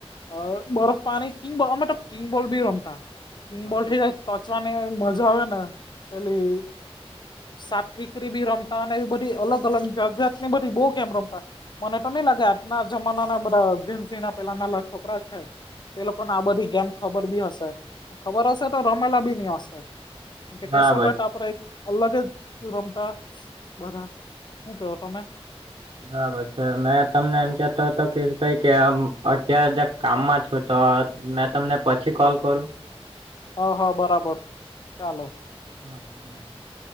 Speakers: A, on the left; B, on the right.
A: અહ બરફ પાની કિંગોલ અમે તો કિંગ બોલ બી રમતા કિંગ બોલ થી તોચવાની મજા આવે ને પેલી સાત ટીકરી બી રમતા એ બધી અલગ અલગ જાત જાતની બધી બો ગેમ રમતા. મને તો ની લાગે આજના જમાના ના બધા ભીંસીના પેલા નાના છોકરા છે તે લોકોને આ બધી ગેમ ખબર બી હશે ખબર હશે તો રમેલા બી ની હશે કેમ કે
B: બરાબર
A: તે સમયે
B: છે
A: આપડે એક અલગ જ રમતા બધા હું કેવો તમે?
B: હવે છે. મેં તમને એમ કહેતો કે તઈ કર આમ અત્યારે કામમાં છું તો મેં તમને પછી કોલ કરું?
A: હ હ બરાબર ચાલો.
B: <inaudible>